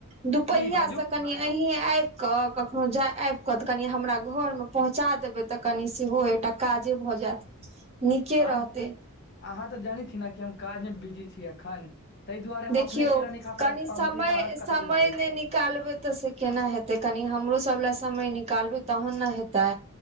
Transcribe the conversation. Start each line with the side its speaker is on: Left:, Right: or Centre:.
Right: दुपहिया
Left: की बाजू
Right: सँ कनी अहीं आबि कऽ कखनोहु जा आबि कऽ तऽ कनि हमरा घरमे पहुँचा देबै तऽ कनि सेहो एकटा काजे भऽ जायत <unintelligible>
Left: हम
Right: रहतै
Left: अहाँ तऽ जानै छी ने कि हम काजमे बिजी छीिय एखन ताहि दुआरे
Right: देखियौ
Left: हम अपने केरा न खा
Right: कनि
Left: पा
Right: समय
Left: पाबै छी त अहाँके
Right: समय
Left: कतय से दिये
Right: नहि निकालबै तऽ से केना हेतै कनि हमरो सब लए समय निकालबै तहन ने हेतै